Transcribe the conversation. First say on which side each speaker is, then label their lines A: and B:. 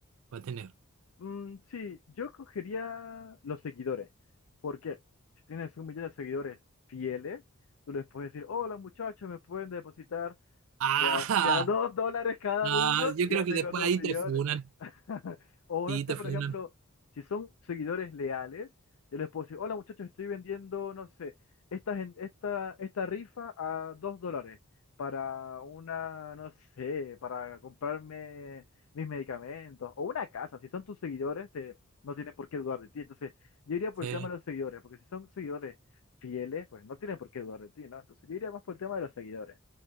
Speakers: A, on the right (about 65°); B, on the left (about 75°).
A: para tener.
B: Mm, sí, yo cogería los seguidores. ¿Por qué? Si tienes un millón de seguidores fieles, tú les puedes decir, hola muchachos, me pueden depositar
A: <laughs>
B: de a, de a dos dólares cada
A: Ah,
B: uno
A: ah, yo creo
B: y ya
A: que
B: tengo
A: después
B: dos
A: ahí
B: millones.
A: te funan,
B: <laughs> O
A: sí,
B: no sé,
A: te
B: por
A: funan.
B: ejemplo, si son seguidores leales, yo les puedo decir, hola muchachos, estoy vendiendo, no sé, esta, gen- esta, esta rifa a dos dólares para una, no sé, para comprarme mis medicamentos o una casa. Si son tus seguidores, te, no tienen por qué dudar de ti. Entonces, yo iría por
A: Sí,
B: el tema de los seguidores, porque si son seguidores fieles, pues no tienen por qué dudar de ti, ¿no? Entonces, yo iría más por el tema de los seguidores.